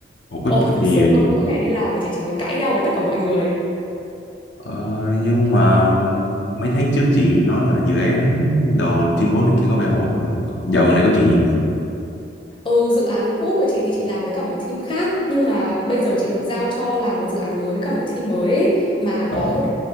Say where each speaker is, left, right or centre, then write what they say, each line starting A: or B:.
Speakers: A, on the left; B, on the left.
A: Ủa, có,
B: Ồ
A: có
B: thực
A: gì
B: sự
A: vậy
B: luôn
A: chị?
B: mỗi ngày đi làm mà chị chỉ muốn cãi nhau với tất cả mọi người
A: Ờ, nhưng mà mấy tháng trước chị nói là dự án đồ teamwork này kia có vẻ ổn mà. Dạo gần đây có chuyện gì? vậy?
B: Ừ, dự án cũ của chị thì chị làm với cả một team khác nhưng mà bây giờ chị được giao cho làm một dự án mới với cả một team mới ấy, mà có
A: Ờ.
B: một